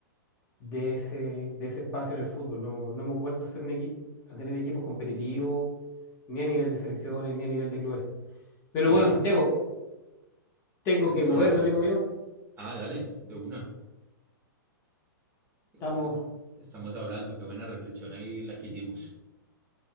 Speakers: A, on the left; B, on the right.
A: de ese, de ese espacio en el fútbol. No, no hemos vuelto a ser un equipo, a tener equipos competitivos, ni a nivel de selecciones, ni a nivel de clubes.
B: Sí,
A: Pero bueno, Santiago, tengo
B: tienes
A: que
B: toda
A: moverme,
B: la razón.
A: amigo mío.
B: Ah, dale, de una. Digo,
A: Estamos.
B: que estamos hablando, qué buena reflexión ahí la que hicimos.